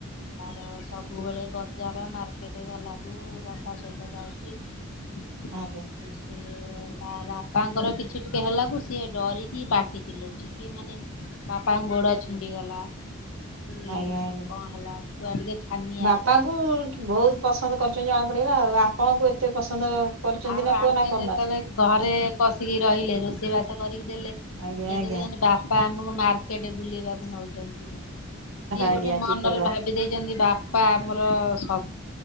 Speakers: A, on the left (about 80°); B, on the right (about 70°).
A: ତାର ସବୁବେଳେ ବଜାର ମାର୍କେଟ ଗଲାକୁ ବାପା ସହିତ ଯାଉଛି। ଆଉ
B: ଆଜ୍ଞା
A: କିଛି ସ ତା ବାପାଙ୍କର କିଛି ଟିକେ ହେଲାକୁ ସିଏ ଡରିକି ପାଟି ଚି ଲଉଛି କି ମାନେ ବାପା ଙ୍କ ଗୋଡ
B: ଆଜ୍ଞା
A: ଛିଣ୍ଡିଗଲା। ଟିକେ
B: ଆଜ୍ଞା
A: କଣ
B: ଆଜ୍ଞା
A: ହେଲା ଛୁଆ ଟିକେ ଛାନିଆ
B: ବାପାଙ୍କୁ
A: ହେଇଯ
B: ବହୁତ ପସନ୍ଦ କରୁଛନ୍ତି ଜଣା ପଡ଼ିଗଲା ଆଉ ଆପଣଙ୍କୁ ଏତେ ପସନ୍ଦ କରୁଛନ୍ତି
A: ଆଉ
B: ନା
A: ଆମେ
B: ପୁଅ ନା କରୁନାହାନ୍ତି?
A: ଯେତେବେଳେ ଘରେ ପଶିକି ରହିଲେ ରୋଷେଇ ବାସ କରିକି ଦେଲେ ସେ
B: ଆଜ୍ଞା ଆଜ୍ଞା
A: ଦେଖୁଛନ୍ତି ବା ବା ଆମକୁ ମାର୍କେଟରେ ବୁଲେଇବାକୁ ନଉଛନ୍ତି। ସିଏ
B: ଆଜ୍ଞା
A: ଗୋଟେ ମନରେ
B: ଠିକ କଥା
A: ଭାବ କିଏ ଦେଇଛନ୍ତି ବାପା ଆମର ସବୁ